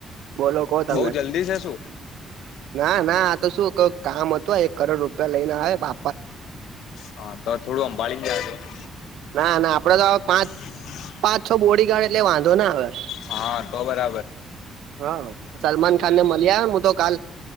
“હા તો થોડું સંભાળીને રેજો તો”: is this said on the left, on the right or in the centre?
Left